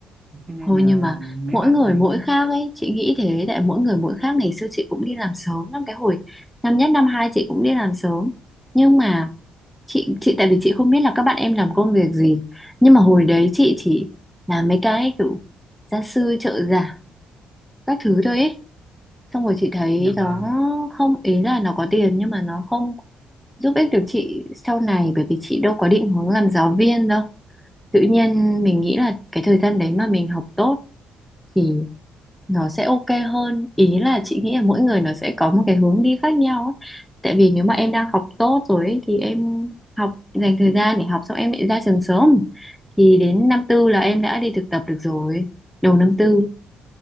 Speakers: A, on the right (about 35°); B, in the centre.
A: cho nên
B: Thôi
A: là
B: nhưng mà
A: mấy
B: mỗi
A: bạn
B: người
A: đấy
B: mỗi khác ấy, chị nghĩ thế tại mỗi người mỗi khác ngày xưa chị cũng đi làm sớm lắm cái hồi năm nhất năm hai chị cũng đi làm sớm. Nhưng mà chị chị tại vì chị không biết là các bạn em làm công việc gì. Nhưng mà hồi đấy chị chỉ làm mấy cái kiểu gia sư trợ giả các thứ thôi ấy. Xong rồi chị thấy
A: là vâng
B: nó không ý là nó có tiền nhưng mà nó không giúp ích được chị sau này bởi vì chị đâu có định hướng làm giáo viên đâu tự nhiên mình nghĩ là cái thời gian đấy mà mình học tốt thì nó sẽ ok hơn ý là chị nghĩ là mỗi người nó sẽ có một cái hướng đi khác nhau ấy. tại vì nếu mà em đang học tốt rồi ấy, thì em học dành thời gian để học xong em lại ra trường sớm thì đến năm tư là em đã đi thực tập được rồi đầu năm tư